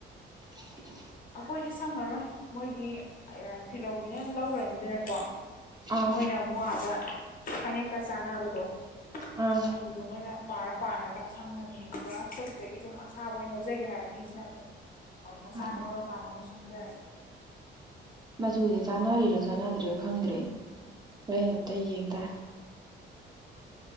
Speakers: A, on the right (about 20°); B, on the left (about 45°).
A: <unintelligible>
B: ꯑꯩꯈꯣꯏꯗꯤ ꯁꯪꯉꯔꯣꯏ ꯃꯣꯏꯒꯤ ꯑ ꯐꯤꯂꯧꯕꯤꯅ ꯂꯧꯈ꯭ꯔꯅꯤꯗꯅꯀꯣ
A: ꯑꯥ
B: ꯃꯣꯏꯅ ꯑꯥꯃꯨꯛ ꯑꯗꯥ ꯐꯅꯦꯛꯀ ꯆꯥꯅꯕꯗꯣ
A: ꯑꯥ
B: ꯃꯆꯨ ꯑꯗꯨ ꯃꯣꯏꯅ ꯄꯥꯔ ꯄꯥꯔꯒ ꯁꯪꯉꯅꯤ ꯑꯗꯨꯒ ꯈꯣꯏꯁꯤꯗꯒꯤ ꯑꯗꯨꯝ ꯑꯁꯥꯕ ꯑꯣꯏꯅ ꯂꯧꯖꯒꯦ ꯍꯥꯏ ꯃꯤꯁꯤꯅ ꯑꯃꯨꯛ
A: <inaudible>
B: ꯍꯣꯏ ꯃꯁꯥꯅ
A: ꯉꯥꯏꯈꯣ
B: ꯂꯧꯔꯀꯥꯟꯗ ꯑꯃꯨꯛ ꯁꯪꯖꯔꯅꯤ
A: ꯃꯆꯨꯁꯦ ꯆꯥꯟꯅꯔꯤꯔꯥ ꯆꯥꯟꯅꯗ꯭ꯔꯤꯔ ꯈꯪꯗ꯭ꯔꯦ ꯍꯣꯔꯦꯟ ꯑꯝꯇ ꯌꯦꯡ ꯇꯥꯔꯦ